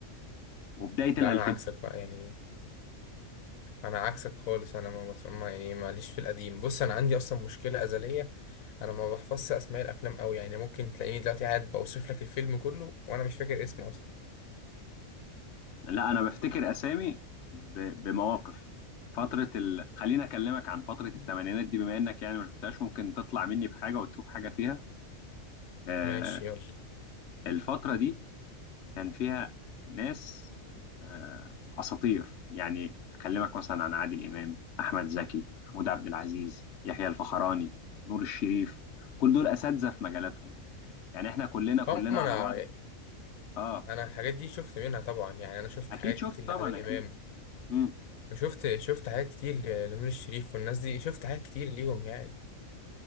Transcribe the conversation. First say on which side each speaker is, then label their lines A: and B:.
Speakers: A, on the left (about 65°); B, on the left (about 85°).
A: وبدايه
B: ده
A: الالفينات
B: انا عكسك بقى يعني انا عكسك خالص انا ما بتف- ما- يعني ماليش في القديم بص انا عندي اصلا مشكلة ازلية انا ما بحفظش اسماء الافلام قوي يعني ممكن تلاقيني دلوقتي قاعد بوصف لك الفيلم كله وانا مش فاكر اسمه اصلا
A: لا انا بفتكر اسامي ب... بمواقف فتره ال... خليني اكلمك عن فتره الثمانينات دي بما انك يعني ما شفتهاش ممكن تطلع مني بحاجه وتشوف حاجه فيها آه
B: ماشي يلا
A: الفتره دي كان فيها ناس آه اساطير يعني اكلمك مثلا عن عادل امام احمد زكي محمود عبد العزيز يحيى الفخراني نور الشريف كل دول اساتذه في مجالاتهم يعني احنا كلنا كلنا
B: هم انا
A: على بعض اه
B: انا الحاجات دي شفت منها طبعا يعني انا شفت
A: اكيد
B: حاجات
A: شفت
B: كتير لعادل
A: طبعا اكيد
B: امام
A: مم.
B: وشفت شفت حاجات كتير ل- لنور الشريف والناس دي شفت حاجات كتير ليهم يعني